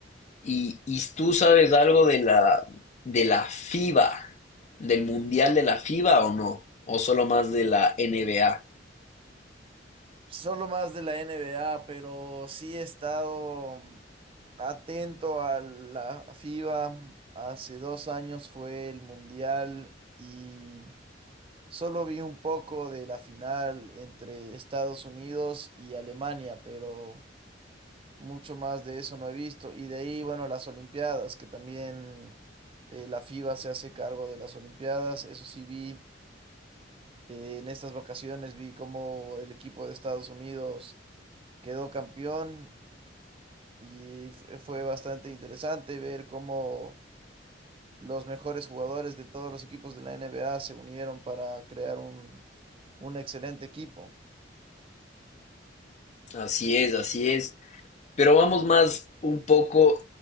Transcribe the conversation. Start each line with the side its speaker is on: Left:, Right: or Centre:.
Left: ¿Y, y tú sabes algo de la, de la FIBA, del Mundial de la FIBA o no? ¿O solo más de la NBA?
Right: Solo más de la NBA, pero sí he estado atento a la FIBA. Hace dos años fue el Mundial y... Solo vi un poco de la final entre Estados Unidos y Alemania, pero mucho más de eso no he visto. Y de ahí, bueno, las Olimpiadas, que también eh, la FIBA se hace cargo de las Olimpiadas. Eso sí vi eh, en estas vacaciones, vi cómo el equipo de Estados Unidos quedó campeón y f- fue bastante interesante ver cómo los mejores jugadores de todos los equipos de la NBA se unieron para crear un, un excelente equipo.
Left: Así es, así es. Pero vamos más un poco